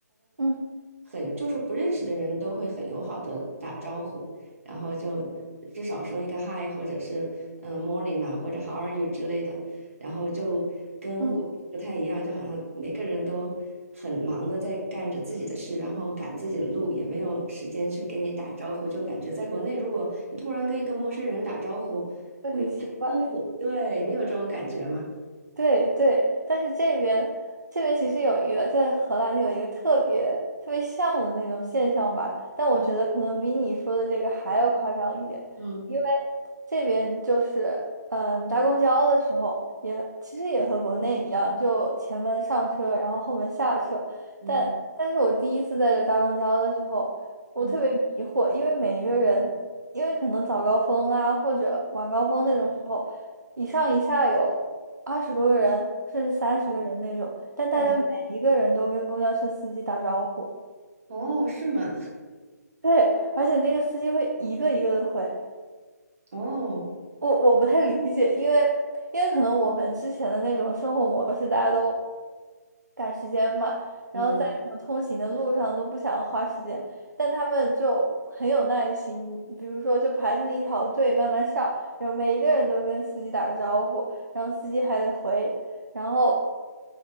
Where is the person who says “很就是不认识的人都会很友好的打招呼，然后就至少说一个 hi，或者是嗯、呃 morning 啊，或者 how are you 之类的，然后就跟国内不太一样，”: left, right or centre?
Right